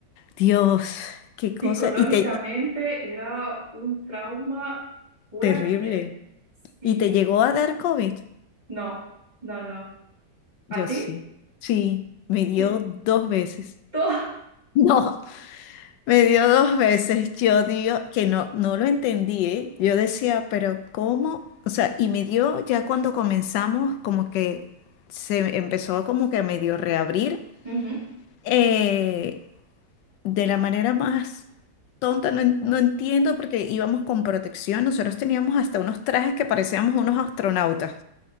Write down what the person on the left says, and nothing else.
Dios, qué cosa.
Y te,
Terrible.
¿Y te llegó a dar COVID?
Yo
sí. Sí, me
dio dos veces. <laughs>
No, me dio dos veces. Yo digo que no, no lo entendí, ¿eh? Yo decía, pero ¿cómo? O sea, y me dio ya cuando comenzamos, como que se empezó como que a medio reabrir,
eh, de la manera más tonta, no, en- no entiendo, porque íbamos con protección, nosotros teníamos hasta unos trajes que parecíamos unos astronautas,